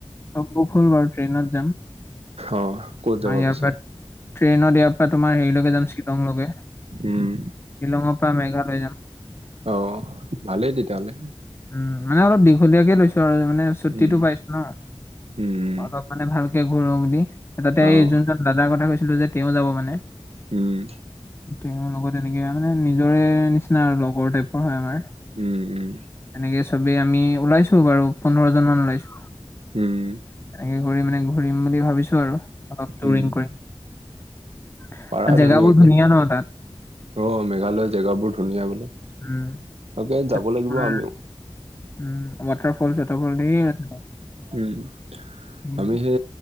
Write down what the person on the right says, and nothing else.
অ ক'ত
যাব
পিছে?
উম।
অ ভালেই তেতিয়া হলে।
উম
উম।
অ
উম,
উম উম।
উম।
উম,
পাৰা
ধুনীয়াকে।
অ মেঘালয়ৰ জেগাবোৰ ধুনীয়া বোলে,
তাকে
যাব
লাগিব আমিও।
উম
আমি যে